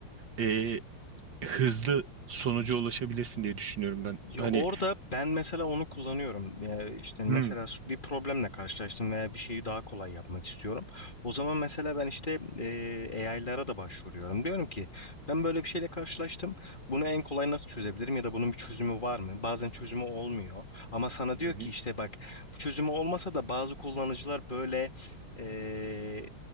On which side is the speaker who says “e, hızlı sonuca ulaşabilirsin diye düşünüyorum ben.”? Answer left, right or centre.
Right